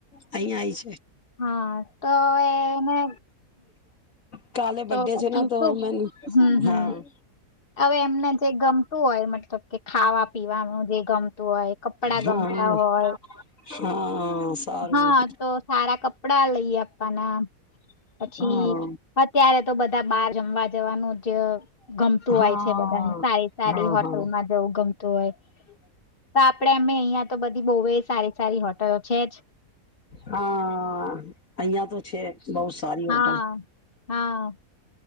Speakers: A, on the left; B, on the left.
A: અહીંયા આય છે.
B: હા, તો એને
A: કાલે બ્ડે
B: તો પછી
A: છેના તો
B: શું
A: મેન
B: હમ હમ
A: હા.
B: હવે એમને જે ગમતું હોય મતલબ કે ખાવા પીવાનું જે ગમતું હોય કપડા
A: હા
B: ગમતા હોય
A: હા સારું
B: હા તો સારા કપ કપડા લઈ આપવાના પછી
A: હા
B: અત્યારે તો બ બધા બાર જમવા જવાનું જે ગમતું હોય
A: હા
B: છે બધાને સારી સારી
A: હા
B: હોટલમાં
A: હા
B: જવું ગમતું હોય તો આપડે અમે અહિયાં તો બધી બહુ એ સારી સારી હોટલો છે જ
A: હા અહિયાં તો છે બહ સારી
B: હા
A: હોટલ
B: હા